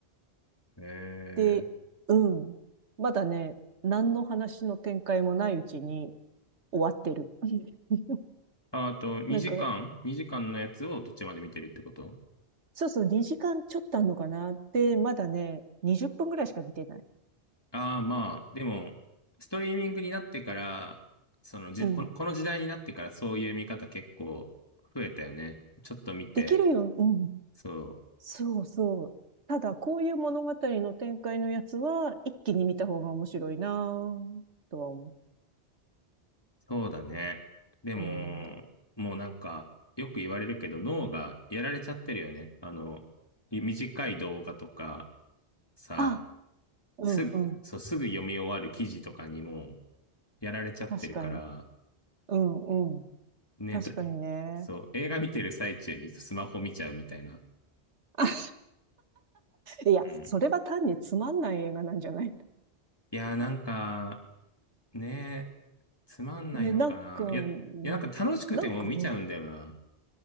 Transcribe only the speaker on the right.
で、うん。まだね、何の話の展開もないうちに終わってる。<laughs>
なんか、
そうそう、2時間ちょっとあんのかなって、まだね、20分ぐらいしか見てない。
うん。
できるよ。うん。
そうそう。ただ、こういう物語の展開のやつは、一気に見た方が面白いなぁとは思
う。うん。
あ、うんうん。
確かに。うんうん。
確かにね。
<laughs> いや、
それは単につまんない映画なんじゃない
ね <laughs>、なんか、
うんなんか、
うん